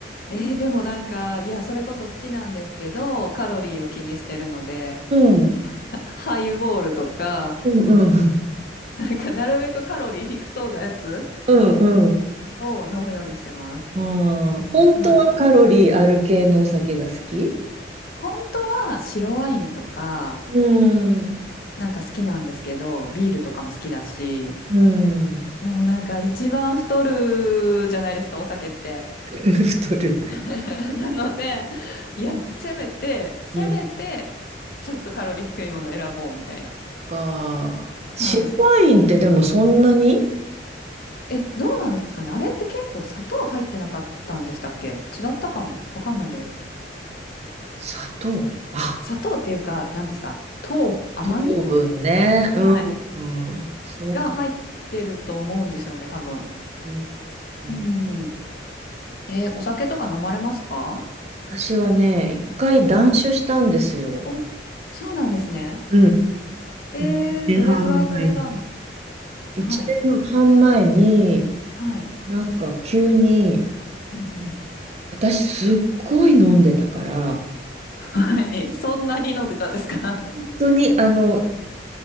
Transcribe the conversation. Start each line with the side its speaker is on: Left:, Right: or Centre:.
Left: えーでもなんか、いや、それこそ好きなんですけど、カロリーを気にしてるので、<laughs>
Right: うん。
Left: ハイボールとか、
Right: うんうん。
Left: なんか、なるべくカロリー低そうなやつ
Right: うんうん。
Left: を飲むようにしてます。
Right: ああ、本当はカロリーある系のお酒が好き
Left: はい。本当は白ワインとか、
Right: うん。
Left: なんか好きなんですけど、ビールとかも好きだし、
Right: うん。
Left: でもなんか一番太るじゃないですか、お酒って。
Right: <laughs> 太る。
Left: <laughs> なので、いや、せめて、せめて、
Right: うん。
Left: ちょっとカロリー低いものを選ぼうみたいな。
Right: か。白ワインってでもそんなに
Left: はい。え、どうなんですかね。あれって結構砂糖入ってなかったんでしたっけ違ったかも。わかんないです。
Right: 砂糖。あ
Left: 砂糖っていうか、何ですか糖、甘み
Right: 糖分ね。
Left: はい。
Right: うん。うん、そうか。
Left: が入ってると思うんですよね、多分。
Right: うんうん
Left: うん。え、お酒とか飲まれますか
Right: 私はね、一回断酒したんですよ。
Left: はい。お、そうなんですね。
Right: うん
Left: えー、
Right: 一年半前に。
Left: どれぐらいされたんで、
Right: 一年半前に、
Left: はい、はい、
Right: なんか急に、
Left: うんうん。
Right: 私すっごい飲んでたから、
Left: はい。<laughs> そんなに飲んでたんですか
Right: 本当にあの、